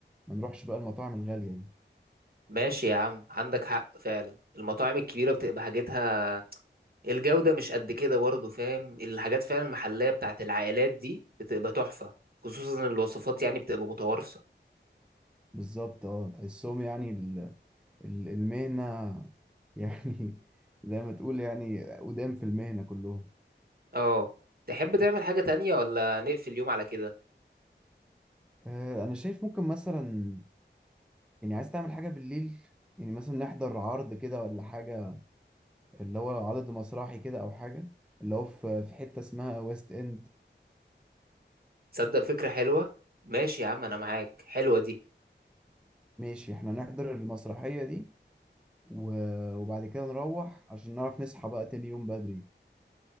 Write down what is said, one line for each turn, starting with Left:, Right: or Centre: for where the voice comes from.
Centre: ما نروحش بقى المطاعم الغالية دي
Right: ماشي يا عم عندك حق فعلا المطاعم الكبيرة بتبقى حاجتها الجودة مش قد كده برضه فاهم الحاجات فعلا المحلية بتاعت العائلات دي بتبقى تحفة خصوصا إن الوصفات يعني بتبقى متوارثة
Centre: بالظبط اه تحسهم يعني ال- ال- المهنة <laughs> يعني زي ما تقول يعني قدام في المهنة كلهم
Right: اه تحب تعمل حاجة تانية ولا نقفل اليوم على كده
Centre: آه، أنا شايف ممكن مثلا يعني عايز تعمل حاجة بالليل يعني مثلا نحضر عرض كده ولا حاجة اللي هو عدد مسرحي كده أو حاجة اللي هو في في حتة اسمها ويست إند
Right: تصدق فكرة حلوة ماشي يا عم أنا معاك حلوة دي
Centre: ماشي احنا نحضر المسرحية دي و- وبعد كده نروح عشان نعرف نصحى بقى تاني يوم بدري